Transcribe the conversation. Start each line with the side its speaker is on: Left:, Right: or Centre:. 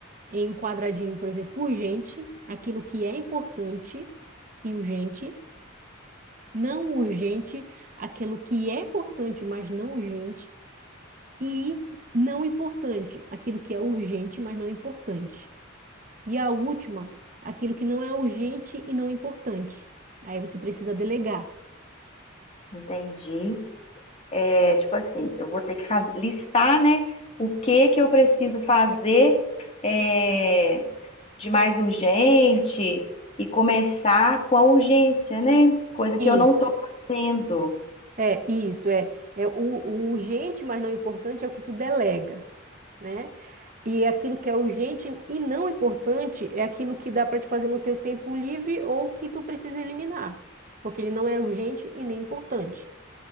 Right: em um quadradinho, por exemplo, urgente, aquilo que é importante e urgente, não urgente, aquilo que é importante, mas não urgente, e não importante, aquilo que é urgente, mas não importante. E a última, aquilo que não é urgente e não importante. Aí você precisa delegar.
Left: Entendi. É, tipo assim, eu vou ter que faz- listar, né, o que que eu preciso fazer é, de mais urgente e começar com a urgência, né? Coisa que eu não
Right: Isso,
Left: estou fazendo.
Right: é, isso, é, é o, o urgente, mas não importante é o que tu delega, né? E é aquilo que é urgente e não importante é aquilo que dá para te fazer no teu tempo livre ou que tu precisa eliminar, porque ele não é urgente e nem importante.